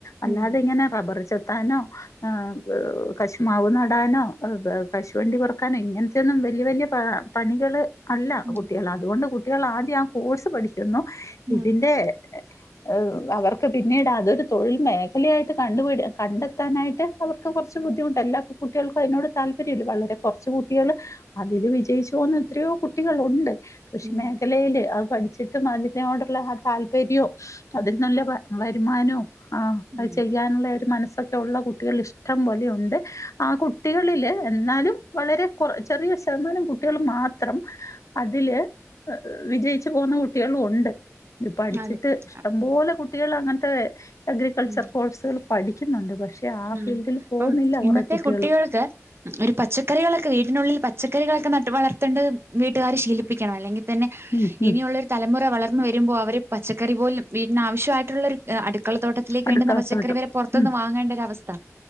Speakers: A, on the left; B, on the right.
A: അല്ലാതിങ്ങനെ
B: ഉം
A: റബ്ബറ് ചെത്താനൊ ആഹ് കശ്മാവ് നടാനോ കശുവണ്ടി പറ്ക്കാനോ ഇങ്ങനത്തൊന്നും വല്ല്യ വല്ല്യ പ പണികള് അല്ല
B: ഉം
A: കുട്ടികള് അതുകൊണ്ട് കുട്ടികള് ആദ്യാകോഴ്സ് പഠിക്കുന്നു.
B: ഉം
A: ഇതിന്റെ <unintelligible> അവർക്ക് പിന്നീടതൊരു തൊഴിൽ മേഖലയായിട്ട് കണ്ടുപിടി കണ്ടെത്താനായിട്ട് അവ ക്കെ കൊറച്ച് ബുദ്ധിമുട്ട. എല്ലാ പ് കുട്ടികൾക്കും അതിനോട് താല്പര്യല്ല. വളരെ കുറച്ച് കുട്ടികള് അതില് വിജയിച്ചു പോന്ന എത്രയോ കുട്ടികളുണ്ട് കൃഷി
B: ഉം
A: മേഖലയില് അത് പഠി- ച്ചിട്ട് അതിനോടുള്ള ആ താല്പര്യോം അതിൽ നല്ല വരുമാനോം ആഹ് അത്
B: ഉം
A: ചെയ്യാനുള്ളെ ഒരു മനസും ഒക്കെയൊള്ള കുട്ടികളിഷ്ടം പോലെയൊണ്ട്. ആ കുട്ടികളില്എന്നാലും വളരെ കൊറ ചെറിയ ശതമാനം കുട്ടികള് മാത്രം അതില് വിജയിച്ചു പോന്ന കുട്ടികളും ഒണ്ട്. ഇത് പഠിച്ചിട്ട്
B: അതെ
A: ഇഷ്ടംപോലെ
B: ഉം
A: കുട്ടികളങ്ങനത്തെ അഗ്രികൾച്ചർ
B: ഉം
A: കോഴ്സ്‌ പഠിക്കുന്നുണ്ട്. പക്ഷെ ആ
B: ഉം
A: ഫീൽഡിൽ പോകുന്നില്ല
B: അപ്പം ഇന്നത്തെ
A: കൊറെ കുട്ടികളും
B: കുട്ടികൾക്ക് ഒരു പച്ചക്കറികളൊക്കെ വീട്ടിനുള്ളിൽ പച്ചക്കറികളൊക്കെ നട്ട് വളർത്തേണ്ടത് വീട്ടുകാര് ശീലിപ്പിക്കണം. അല്ലെങ്കി തന്നെ
A: ഉം ഉം
B: ഇനിയുള്ളൊരു തലമുറ വളർന്നു വരുമ്പോ അവര് പച്ചക്കറി പോലും വീട്ടിനാവശ്യായിട്ടുള്ളൊരു അടുക്കളത്തോട്ടത്തിലേക്ക്
A: അടുക്കളത്തോട്ടം
B: വേണ്ടുന്ന പച്ചക്കറി വരെ പൊറത്ത്ന്ന്
A: ഉം
B: വാങ്ങേണ്ടരവസ്ഥ